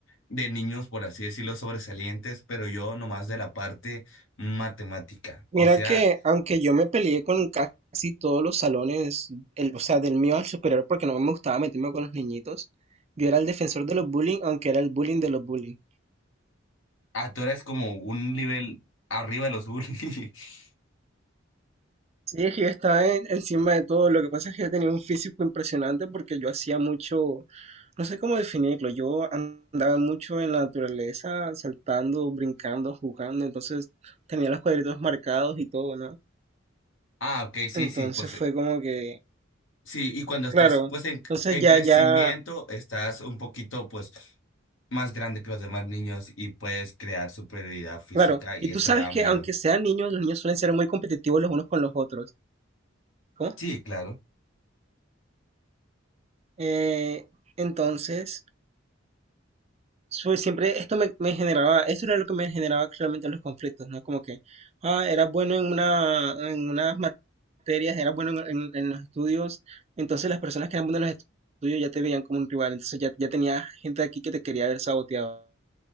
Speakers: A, on the left (about 75°); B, on the right (about 30°).
A: de niños, por así decirlo, sobresalientes, pero yo nomás de la parte matemática.
B: Mira
A: O sea,
B: que aunque yo me peleé con casi todos los salones, el, o sea, del mío al superior porque no me gustaba meterme con los niñitos, yo era el defensor de los bullying, aunque era el bullying de los bullying.
A: ah, tú eres como un nivel arriba de los bullies. <laughs>
B: Sí, es que yo estaba en- encima de todo. Lo que pasa es que yo tenía un físico impresionante porque yo hacía mucho, no sé cómo definirlo, yo andaba mucho en la naturaleza, saltando, brincando, jugando, entonces tenía los cuadritos marcados y todo, ¿no?
A: Ah, ok, sí,
B: Entonces
A: sí, pues
B: fue como que,
A: sí, y cuando estás
B: claro,
A: pues en,
B: entonces
A: en
B: ya,
A: crecimiento,
B: ya,
A: estás un poquito pues más grande que los demás niños y puedes crear superioridad física
B: claro.
A: y
B: Y tú
A: eso
B: sabes
A: da miedo.
B: que aunque sean niños, los niños suelen ser muy competitivos los unos con los otros. ¿Cómo?
A: Sí, claro.
B: Eh, entonces, Fue siempre esto me, me generaba, eso era lo que me generaba realmente los conflictos, ¿no? Como que, ah, era bueno en una, en unas materias, era bueno en, en- en los estudios, entonces las personas que eran buenas en los estudios ya te veían como un rival, entonces ya, ya tenía gente aquí que te quería haber saboteado.